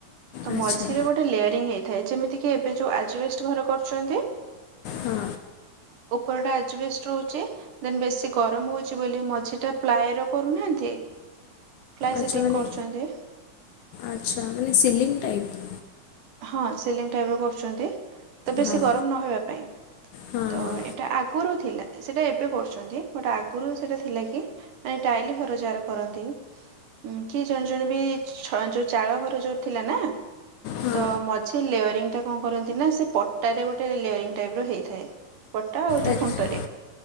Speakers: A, on the right; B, on the left.
A: ତ
B: ଆଚ୍ଛା
A: ମଝିରେ ଗୋଟେ ଲେୟରିଂ ହେଇଥାଏ ଯେମିତି କି ଏବେ ଯୋଉ ଆଜବେଷ୍ଟ ଘର କରୁଛନ୍ତି।
B: ହଁ।
A: ଉପରଟା ଆଜବେଷ୍ଟ ରହୁଛି। ଦେନ୍ ବେଶୀ ଗରମ ହଉଛି ବୋଲି ମଝି ଟା ପ୍ଲାଏର କରୁନାହାନ୍ତି। ପ୍ଲାଏ
B: ଆଚ୍ଛା
A: ସେଟିଂ
B: ମାନେ
A: କରୁଛନ୍ତି
B: ଆଚ୍ଛା ମାନେ ସିଲିଂ ଟାଇପ୍
A: ହଁ ସିଲିଂ ଟାଇପର କରୁଛନ୍ତି। ତ ବେଶୀ
B: ହଁ
A: ଗରମ ନହବା ପାଇଁ
B: ହଁ
A: ତ
B: ହଁ
A: ଏଇଟା ଆଗରୁ ଥିଲା। ସେଟା ଏବେ କରୁଛନ୍ତି ବଟ ଆଗରୁ ସେଟା ଥିଲା କି ମାନେ ଟାଇଲ ଘର ଯାହାର କରନ୍ତି। କି ଜଣେ ଜଣେ ବି ଛ ଯୋଉ ଚାଳ ଘର ଯୋଉ ଥିଲା ନା।
B: ହଁ ହଁ
A: ତ ମଝି ଲେୟରିଂ ଟା କଣ କରନ୍ତି ନା ସେ ପଟାରେ ଗୋଟେ ଲେୟରିଂ ଟାଇପର ହେଇଥାଏ। ପଟା ଆଉ ଯୋଉ
B: ଆଚ୍ଛା
A: ଖୁଣ୍ଟରେ